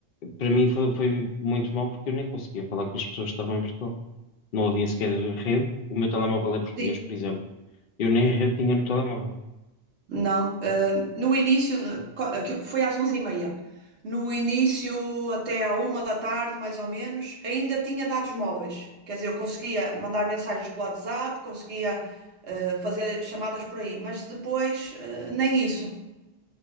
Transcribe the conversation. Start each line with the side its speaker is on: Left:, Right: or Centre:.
Left: para mim foi, foi muito mal porque eu nem conseguia falar com as pessoas que estavam em Portugal. Não havia sequer rede. O meu telemóvel é português,
Right: Sim,
Left: por exemplo. Eu nem rede tinha no telemóvel.
Right: não. eh, no início, de- co- aquilo foi às onze e meia No início, até à uma da tarde, mais ou menos, ainda tinha dados móveis. Quer dizer, eu conseguia mandar mensagens pelo WhatsApp, conseguia eh, fazer chamadas por aí, mas depois eh, nem isso.